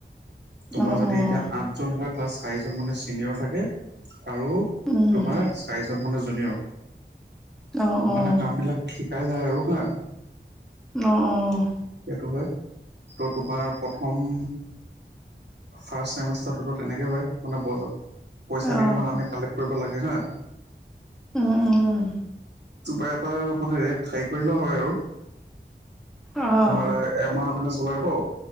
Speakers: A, on the right; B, in the centre.
A: তোমাৰ
B: অ',
A: যদি
B: অ',
A: এতিয়া আঠ, জন হয় তাৰ চাৰিজন মানে চিনিয়ৰ থাকে আৰু
B: উম,
A: তোমাৰ, চাৰিজন মানে জুনিয়ৰ
B: অ', অ',
A: মানে কাম বিলাক শিকাই যায় আৰু হা,
B: অ অ,
A: সেইটো হয় ত' তোমাৰ প্ৰথম, ফাৰ্ষ্ট চেমিষ্টাৰতো তেনেকে হয় মানে বজ পইচাখিনি
B: অ', অ',
A: মানে আমি কালেক্ট কৰিব লাগে হা,
B: উম উম,
A: কিবা এটা মানে ৰেট হাই কৰি লে হয় আৰু
B: আহ
A: তোমাৰ এমাহকাৰণে চলাই তো